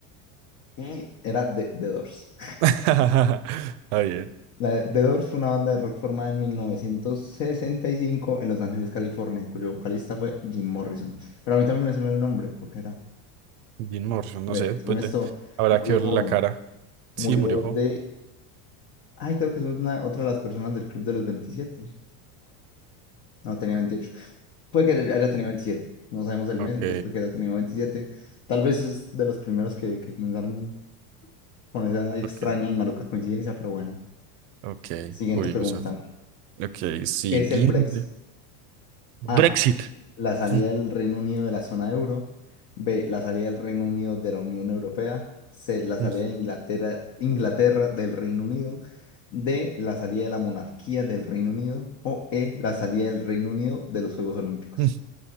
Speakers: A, on the left; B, on the right.
A: Y era de The Doors.
B: <laughs> Está bien.
A: La, The Doors fue una banda de rock formada en 1965 en Los Ángeles, California, cuyo vocalista fue Jim Morrison. Pero a mí también me suena el nombre, porque era,
B: Jim Morrison, no
A: ve,
B: sé, pues
A: según esto,
B: de- habrá
A: murió
B: que verle
A: joven.
B: la cara. Sí,
A: Murió
B: murió jo.
A: de, ay, creo que es una, otra de las personas del Club de los veintisiete No, tenía veintiocho Puede que haya tenido veintisiete No sabemos el
B: Ok,
A: mes, entonces puede que haya tenido veintisiete Tal vez es de los primeros que, que comenzaron con esa extraña
B: ok,
A: y maluca coincidencia, pero bueno.
B: ok,
A: Siguiente
B: curioso.
A: pregunta.
B: Ok, siguiente.
A: ¿Qué es el Brexit? A.
B: Brexit.
A: La salida
B: <laughs>
A: del Reino Unido de la zona euro. B. La salida del Reino Unido de la Unión Europea. C. La salida
B: Mm, mm.
A: de Inglaterra, Inglaterra del Reino Unido. D. La salida de la monarquía del Reino Unido. O E. La salida del Reino Unido de los Juegos Olímpicos.
B: mm.